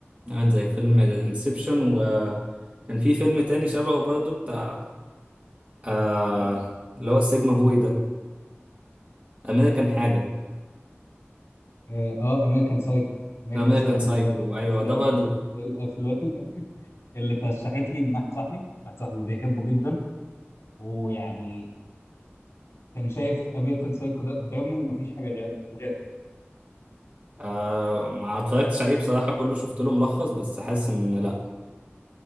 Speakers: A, on the right; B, on the left.
A: عامل زي فيلم انسبشن وكان في فيلم تاني شبهه برضه بتاع آه اللي هو السيجما بوي ده امريكان حاجة
B: اه آه، امريكان سايكو امريكان
A: امريكان
B: سايكو
A: سايكو
B: دي برضه من
A: ايوه
B: الافلام
A: ده برضه
B: إيه الافلام <laughs> اللي ترشحت لي من واحد صاحبي واحد صاحبي بيحبه جدا ويعني كان شايف امريكان سايكو ده قدامه مفيش حاجه غير غير
A: آه ما اتفرجتش عليه بصراحة كله شفت له ملخص بس حاسس ان لا